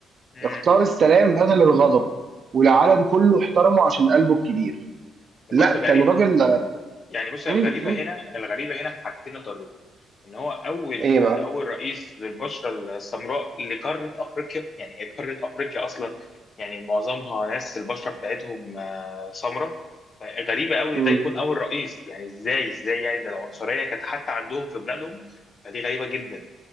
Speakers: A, on the left; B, on the right.
A: مم.
B: اختار السلام بدل الغضب والعالم كله احترمه عشان قلبه الكبير
A: ده
B: لا
A: بص غريب
B: كان راجل
A: يعني بص الغريبة
B: مم، مم.
A: هنا الغريبة هنا في حاجتين يا طارق إن هو أول
B: ايه
A: أول
B: بقى
A: رئيس للبشرة السمراء لقارة أفريقيا يعني هي قارة أفريقيا أصلا يعني معظمها ناس البشرة بتاعتهم آه، سمراء فغريبة أوي
B: مم.
A: ده يكون أول رئيس يعني إزاي إزاي يعني ده العنصرية كانت حتى عندهم في بلادهم فدي غريبة جدا